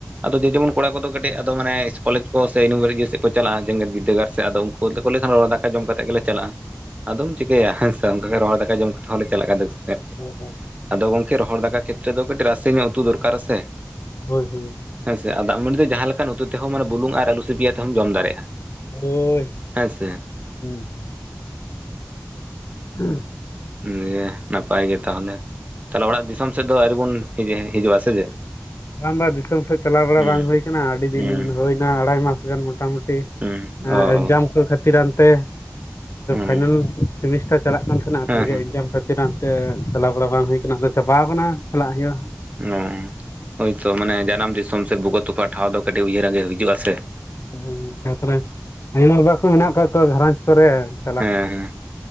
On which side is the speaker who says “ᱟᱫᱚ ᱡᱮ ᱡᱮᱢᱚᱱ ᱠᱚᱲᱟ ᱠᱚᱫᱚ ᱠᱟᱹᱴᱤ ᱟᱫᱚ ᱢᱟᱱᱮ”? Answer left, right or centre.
Right